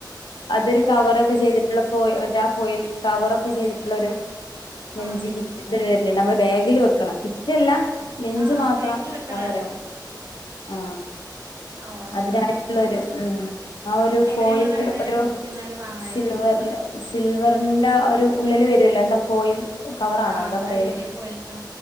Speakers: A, on the left; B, on the right.
A: അതൊരു കവറൊക്കെ ചെയ്തി ള്ള ഫോയി മറ്റേ ആ ഫോയിൽ കവറൊക്കെ ചെയ്തിട്ടുള്ള ഒരു ലെഞ്ച്
B: ആഹ്
A: കിറ്റ് നമ്മള് ബാഗില് വെക്കണ കിറ്റല്ല ലെഞ്ച്
B: ആഹ്
A: മാത്രം
B: ബാഗിൽ വെക്കണണ്ടോ
A: കവറേ ആ
B: ആഹ് ഓ അത്
A: അതിനായിട്ടുള്ളരു
B: ശരി
A: ഉം ആ ഒരു
B: എവിടെ
A: ഫോയിൽ
B: ഇങ്ങള് കണ്ടേ
A: പേപ്പർ ഒരു
B: എനിക്കിന്നാല് വാങ്ങായിരുന്നു
A: സിൽവറില് സിൽവറിന്റെ ആ ഒരു ഉള്ളില് വരുല്ലോ എന്താ ഫോയിൽ കവറാണോ
B: ആഹ്
A: എന്താ പറയല്
B: അലുമിനിയം ഫോയിൽ ആ